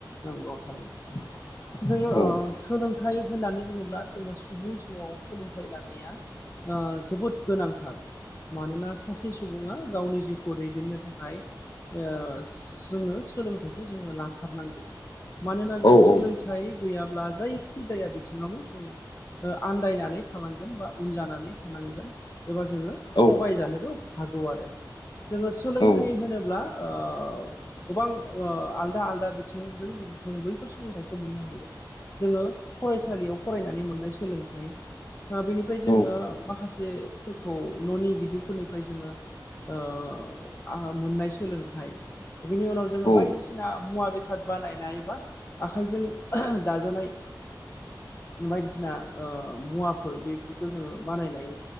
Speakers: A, on the left; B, on the left.
A: नंगौ थारैनो
B: <inaudible>
A: जोङो ओ
B: औ
A: सोलोंथाइ होननानै बुङोब्ला जोङो सुबुं जिउआव सोलोंथाइ लानाया ओ जोबोद गोनांथार मानोना सासे सुबुङा गावनि जिउखौ दैदेननो थाखाय ओ जोङो सोलोंथाइखौ जोंङो लाथारनांगौ मानोना जों
B: औ
A: सोलों
B: औ
A: थाइ गैयाब्ला जायखि जाया बिथिङावनो जोङो ओ आन्दायनानै थानांगोन बा उन जानानै थानांगोन एबा जोङो थगायजानोबो
B: औ
A: हागौ आरो जोङो सोलोंथाइ
B: औ
A: होनोब्ला ओ गोबां ओ आलदा आलदा बिथिंजों जों बैफोर सोलोंथाइखौ मोननो हायो। जोङो फरायसालियाव फरायनानै मोननाय सोलोंथाइ दा बेनिफ्राय जोङो
B: औ
A: माखासेफोरखौ न'नि गिदिरफोरनिफ्राय जोङो ओ मोननाय सोलोंथाइ बिनि उनाव जों
B: औ
A: बायदिसिना मुवा बेसाद बानायनाय बा आखाइजों दाजानाय बायदिसिना मुवाफोर बेफोरखौ जोङो बानायनाय